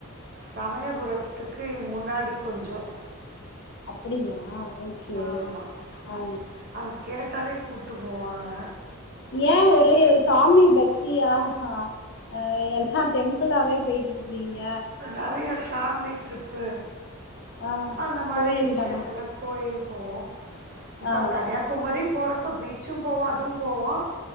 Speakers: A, on the right; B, on the left.
A: சமய புரத்துக்கு முன்னாடி கொஞ்சம்
B: அப்டிங்களா ஓகே
A: ஆமாம்
B: ஆ
A: அங்கே கேட்டாலே கூட்டு போவாங்க
B: ஏன் ஒரே சாமி பக்தியா ஆ எல்லா டெம்புளாவே போய்ட்டு இருக்கிறீங்க
A: நறையா ஃபேமிலி ட்ரிப்பு
B: ஆ
A: அந்த மாரி
B: கோயில்
A: விஷியத்தில
B: தானா
A: கோயில் போவோம் இப்ப
B: ஆ
A: கன்னியாகுமரி போறப் ப பீச்சும் போவோம் அதுவும் போவோம்